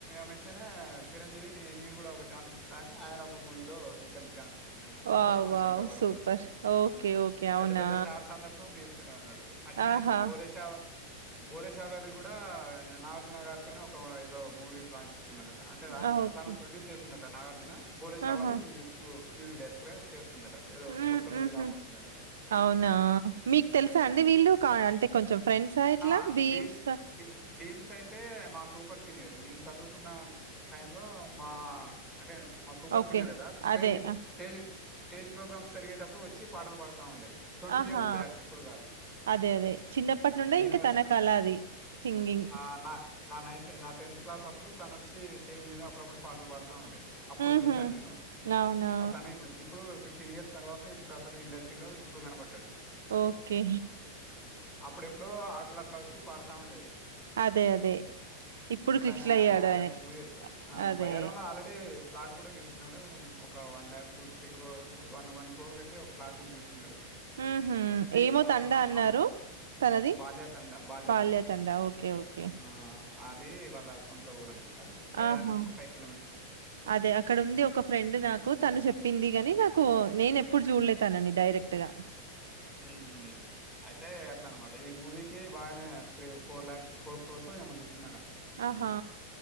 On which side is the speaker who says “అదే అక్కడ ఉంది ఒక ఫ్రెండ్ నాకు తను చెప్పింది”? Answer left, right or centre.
Right